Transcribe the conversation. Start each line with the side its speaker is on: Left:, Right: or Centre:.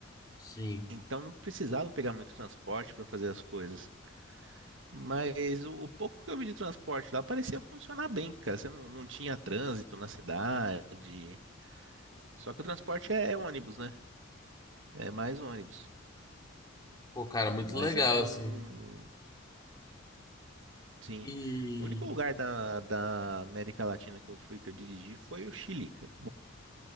Left: Sim.
Right: Então não precisava pegar muito transporte para fazer as coisas. Mas o, o pouco que eu vi de transporte lá parecia funcionar bem, cara. Você não, não tinha trânsito na cidade. Só que o transporte é, é ônibus, né? É mais ônibus.
Left: Pô, cara, muito
Right: Mas
Left: legal,
Right: é um.
Left: assim.
Right: Sim.
Left: E
Right: O único lugar da, da América Latina que eu fui, que eu dirigi, foi o Chile, cara.